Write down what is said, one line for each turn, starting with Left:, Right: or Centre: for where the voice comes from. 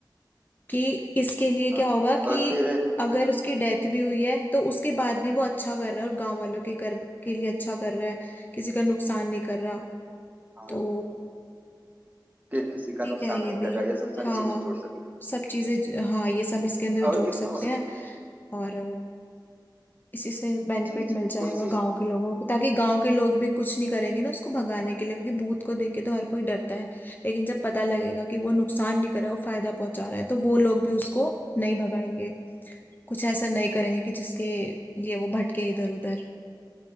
Left: कि इसके लिए क्या
Right: हाँ
Left: होगा कि
Right: और फिर
Left: अगर उसकी डेथ भी हुई है तो उसके बाद भी वो अच्छा कर रहा है और गांव वालों के कर के लिए अच्छा कर रहा है किसी का नुकसान नहीं कर रहा
Right: हाँ,
Left: तो
Right: कि किसी का
Left: ठीक
Right: नुकसान
Left: है ये
Right: नहीं
Left: भी
Right: कर रहा यह सब सारी
Left: हाँ
Right: चीजें जोड़ सकते
Left: सब चीजें ज- हाँ ये सब इसके अंदर
Right: और
Left: जोड़
Right: किसमें
Left: सकते
Right: उस
Left: हैं और इसी से बेनिफिट
Right: जी जी
Left: मिल जाएगा
Right: उसकी
Left: गांव के लोगों को ताकि गांव के लोग भी कुछ नहीं करेंगे ना उसको भगाने के लिए क्योंकि भूत को देख के तो हर कोई डरता है लेकिन जब पता लगेगा कि वो नुकसान नहीं कर रहा वो फायदा पहुंचा रहा है तो वो लोग भी उसको नहीं भगाएंगे कुछ ऐसा नहीं करेंगे कि जिसके लिए वो भटके इधर उधर